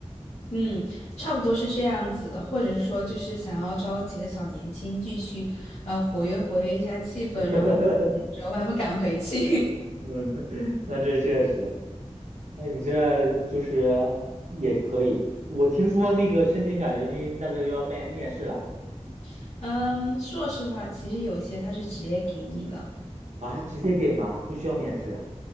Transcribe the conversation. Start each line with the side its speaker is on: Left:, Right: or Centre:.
Left: 嗯，差不多是这样子的，或者是说就是想要招几个小年轻进去，呃，活跃活跃一下气氛，
Right: <laughs>
Left: 然后主要把他们赶回去。
Right: 嗯，<laughs> 那这确实，那你这就是也可以。我听说那个申请奖学金那个要面面试了
Left: <laughs> 嗯，硕士的话，其实有些他是直接给你的，
Right: 啊，直接给吗？不需要面试啊？